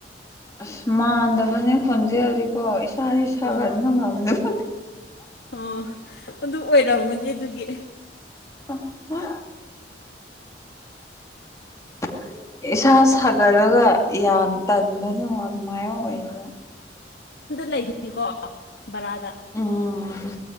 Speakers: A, on the left; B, on the left.
A: ꯑꯁ ꯃꯥꯟꯗꯕꯅꯦ ꯈꯣꯟꯖꯦꯜꯔꯗꯤꯀꯣ ꯏꯁꯥꯥꯁ ꯏꯁꯕ
B: ꯑꯥ
A: ꯑꯗꯨꯅ ꯉꯝꯃꯦꯕ
B: ꯑꯣ ꯑꯗꯨ ꯑꯣꯏꯔꯝꯃꯗꯤ ꯑꯗꯨꯒꯤ
A: <unintelligible> <inaudible> ꯏꯁꯥ ꯁꯥꯒꯠꯂꯒ ꯌꯥꯝ ꯇꯟꯕꯗꯣ ꯑꯗꯨꯃꯥꯏꯅ ꯑꯣꯏꯌꯦꯕ
B: ꯂꯩꯅꯤꯀꯣ ꯕꯔꯥ
A: ꯎꯝ